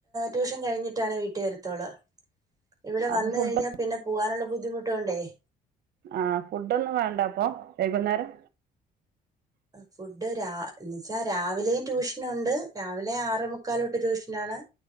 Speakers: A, on the right; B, on the right.
A: ട്യൂഷൻ കഴിഞ്ഞിട്ടാണ് വീട്ടീ വരുത്തുള്ളൂ ഇവിടെ
B: അപ്പൊ
A: വന്ന്
B: ഫുഡ്
A: കഴിഞ്ഞാ പിന്നെ പോവാനുള്ള ബുദ്ധിമുടോണ്ടേയ്
B: ആഹ്‌ ഫുടൊന്നും വേണ്ട അപ്പൊ വൈകുന്നേരം
A: ഫുഡ് രാ ന്നച്ചാൽ രാവിലേം ട്യൂഷന് ഉണ്ട് രാവിലെ ആറമുക്കാലോട്ട് ട്യൂഷനാണ്